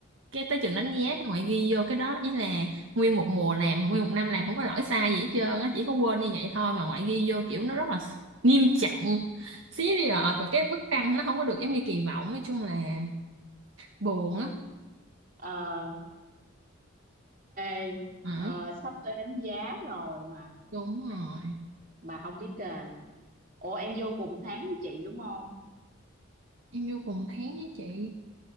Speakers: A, on the right; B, on the right.
A: cái tới chừng đánh giá các bạn ghi vô cái đó ý là nguyên một mùa làm nguyên một năm làm không có lỗi sai gì hết trơn á chỉ có quên như vậy thôi mà ngoại ghi vô kiểu nó rất là nghiêm trọng serious và cái mức tăng nó không có được giống như kỳ vọng nói chung là buồn á
B: ờ ê
A: ừ,
B: ờ, sắp tới đánh giá rồi mà
A: đúng rồi
B: mà không biết à ủa em vô cùng tháng với chị đúng không
A: em vô cùng tháng với chị